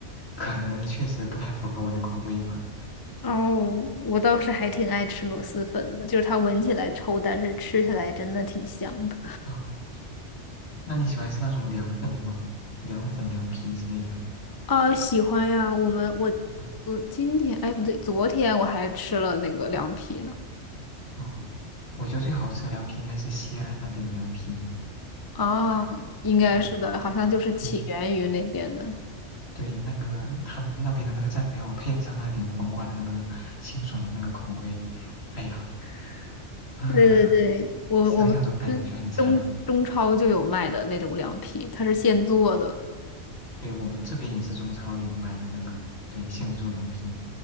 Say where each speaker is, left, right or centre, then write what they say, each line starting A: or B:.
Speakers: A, on the left; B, on the left.
A: 可能确实不太符合我的口味吧。
B: 哦，我倒是还挺爱吃螺蛳粉的，就是它闻起来臭，但是吃起来真的挺香的。
A: 哦，那你喜欢吃那种凉粉吗？凉粉、凉皮之类的。
B: 啊，喜欢呀！我们我
A: 嗯
B: 我今天哎不对，昨天我还吃了那个凉皮呢。
A: 哦，我觉得最好吃的凉皮应该是西安那边的凉皮了
B: 啊，
A: <laughs>
B: 应该是的，
A: 嗯，
B: 好像就是起源于那边的。
A: 对对，那个他那边的那个蘸料，配上那点黄瓜的那个清爽的那个口味，哎呀，啊、
B: 对对对，我我们这边中中超就有卖的那种凉皮，
A: 想想都感觉很馋。
B: 它是现做的。
A: 对，我们这边也是中超有卖那个，对，现做凉皮，